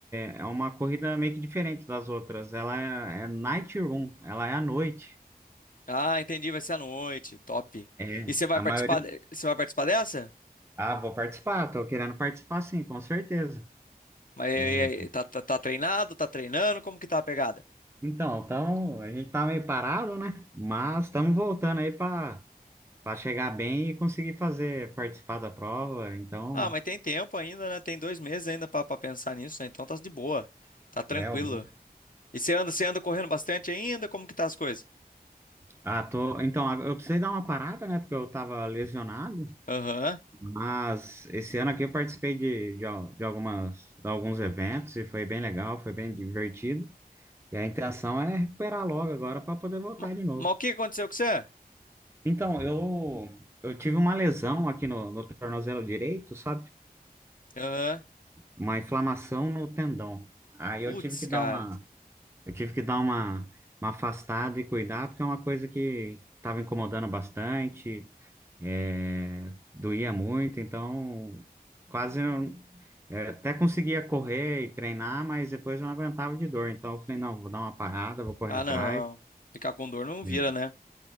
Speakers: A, on the right; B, on the left.
A: é uma corrida meio que diferente das outras. Ela é, é night run, ela é à noite.
B: Ah, entendi, vai ser à noite. Top.
A: É,
B: E você vai
A: a
B: participar,
A: maioria.
B: de- você vai participar dessa?
A: Ah, vou participar, tô querendo participar sim, com certeza.
B: Mas e
A: É,
B: aí, tá, tá, tá treinado, tá treinando, como que tá a pegada?
A: Então, então, a gente tá meio parado, né? Mas estamos voltando aí para para chegar bem e conseguir fazer participar da prova. Então,
B: Ah, mas tem tempo ainda, né? Tem dois meses ainda pra pra pensar nisso, né? Então tá de boa, tá tranquilo.
A: é o bom.
B: E você anda, você anda correndo bastante ainda? Como que tá as coisas?
A: Ah, tô, então, eu precisei dar uma parada, né, porque eu estava lesionado,
B: Aham.
A: mas esse ano aqui eu participei de, de, al- de algumas de alguns eventos e foi bem legal, foi bem divertido. E a intenção é recuperar logo agora para poder voltar
B: Ma-
A: de novo.
B: Mas o que aconteceu com você?
A: Então, eu eu tive uma lesão aqui no, no tornozelo direito, sabe?
B: Aham.
A: Uma inflamação no tendão. Aí
B: Putz,
A: eu tive que
B: cara.
A: dar uma Eu tive que dar uma, uma afastada e cuidar, porque é uma coisa que estava incomodando bastante, é, doía muito, então quase eu, é, até conseguia correr e treinar, mas depois eu não aguentava de dor. Então eu falei, não, vou dar uma parada, vou correr
B: Ah,
A: atrás.
B: não. Ficar com dor não
A: né?"
B: vira, né?